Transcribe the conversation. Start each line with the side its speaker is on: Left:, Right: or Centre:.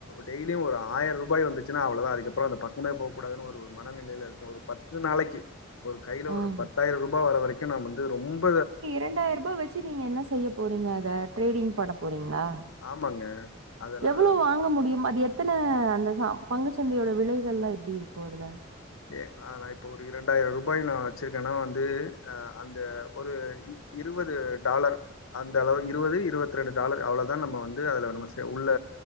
Left: டெய்லியு ஒரு ஆயிரரூபா வந்துச்சுன்னா அவ்ளோ தா அதுக்கப்றோ அந்த பக்கமே போக கூடாதுனு ஒரு மனநிலையில இருக்க ஒரு பத்து நாளிக்கி ஒரு கையில
Right: ம்
Left: ஒரு பத்தாயிர ரூபா வர வரைக்கு‌ நா வந்து ரொம்ப
Right: ரெண்டாயிர ரூபா வெச்சு நீங்க என்ன செய்ய போறீங்க அத டிரேடிங் பண்ண போறீங்களா
Left: ஆமாங்க அத நா
Right: எவ்ளோ வாங்க முடியும் அது எத்தன அந்த பங்குச்சந்தையோட விலைகள் எல்லா எப்டி இருக்கு அதுல
Left: ஏ நா இப்போ ஒரு இரண்டாயிர ரூபாய் நா வெச்சுருக்கேன்னா வந்து அந்த ஒரு இருவது டாலர் அந்த அளவு இருவது இருவத்தி ரெண்டு டாலர் அவ்ளதா நம்ம வந்து ஆ நம்ம உள்ள